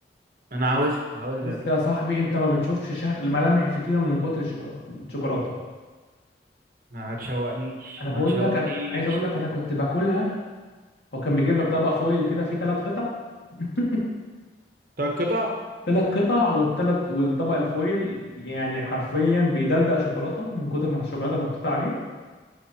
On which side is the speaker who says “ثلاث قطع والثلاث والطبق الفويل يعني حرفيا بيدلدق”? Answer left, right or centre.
Left